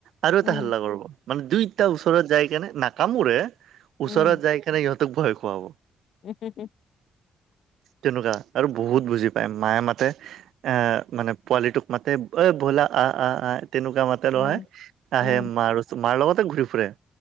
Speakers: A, on the right; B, on the left.
A: আৰু
B: উম
A: এটা হাল্লা কৰবো মানে দুইটা ওচৰত যাই কেনে নাকামোৰে
B: উম
A: ওচৰত কেনেকে ইহঁতক ভয় খুৱাব।
B: <unintelligible>
A: তেনেকুৱা আৰু বহুত বুজি পায় মায়ে মাতে। এ মানে পোৱালিটোক মায়ে মাতে ঐ বোল আহ আহ আহ তেনেকুৱা মাতে।
B: উম
A: আহে
B: উম
A: মাৰ ওচৰ মাৰ লগতে ঘূৰি ফুৰে।